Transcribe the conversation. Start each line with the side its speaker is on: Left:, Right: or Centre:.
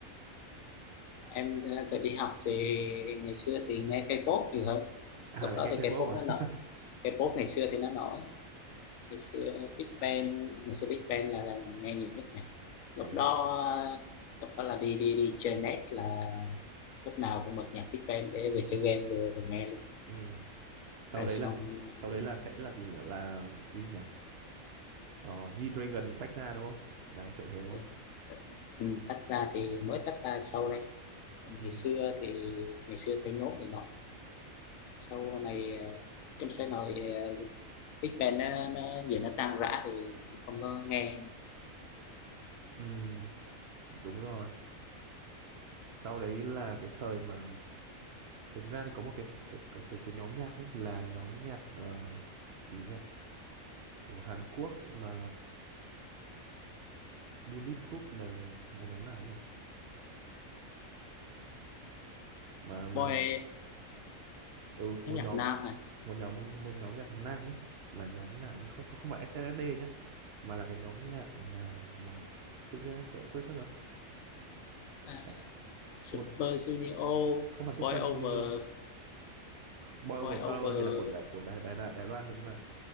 Left: em ờ, thời đi học thì ngày xưa thì nghe K-pop nhiều hơn
Right: à
Left: lúc
Right: lại
Left: đó
Right: nghe
Left: thì
Right: K-pop
Left: K-pop
Right: à
Left: nó nổi
Right: <laughs>
Left: K-pop ngày xưa thì nó nổi ngày xưa Big Bang ngày xưa Big Bang là, là nghe nhiều nhất này lúc
Right: thế
Left: đó ờ, lúc đó là đi đi đi chơi net là lúc nào cũng bật nhạc Big Bang để vừa chơi game vừa vừa nghe luôn
Right: ừ. sau
Left: rồi
Right: đấy
Left: xong
Right: là sau đấy là sẽ là gì nhỉ? là cái gì nhỉ ờ, G-Dragon tách ra đúng không đấy kiểu thế đúng
Left: ờ,
Right: không
Left: ờ, ừ, tách ra thì mới tách ra sau đây còn
Right: ừ.
Left: ngày xưa thì ngày xưa theo nhóm thì nó sau này ờ, trong xe nội ờ, Big Bang nó, nó giờ nó tan rã thì cũng không có nghe
Right: Ừ. đúng rồi sau đấy là cái thời mà thực ra thì có một cái cái cái cái, cái nhóm nhạc ấy là nhóm nhạc ờ, gì nhỉ của Hàn Quốc mà Bulletproof là là nhóm nào nhỉ mà mà
Left: boy
Right: ừ
Left: nhóm
Right: một
Left: nhạc
Right: nhóm
Left: nam à,
Right: một nhóm một nhóm nhạc nam ấy là nhóm nào nhỉ? không không không phải SNSD nhá mà là cái nhóm nhạc nào mà tự nhiên anh quên quên mất rồi
Left: à
Right: Ê,
Left: Super
Right: một
Left: Junior
Right: không phải Super
Left: Boy Over
Right: Junior Boy
Left: Boy
Right: Over
Left: Over
Right: Flower thì là của Đài, của Đài Đài, Đài Loan rồi nhưng mà